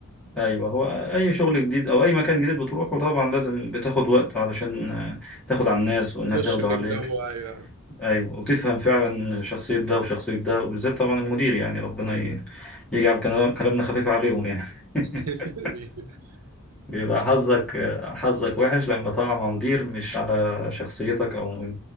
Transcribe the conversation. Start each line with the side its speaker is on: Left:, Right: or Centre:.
Centre: ايوه هو اي شغل جديد او اي مكان جديد بتروحه طبعا لازم بتاخد وقت علشان آه، تاخد على الناس والناس
Right: تخش
Centre: ياخدوا
Right: في
Centre: عليك
Right: الجو ايوه
Centre: ايوه وتفهم فعلا شخصية ده وشخصية ده وبالذات طبعا المدير يعني ربنا ي- يجعل كلام- كلامنا خفيف عليهم يعني <laughs>
Right: <laughs>
Centre: بيبقى حظك حظك وحش لما تقع مع مدير مش على شخصيتك او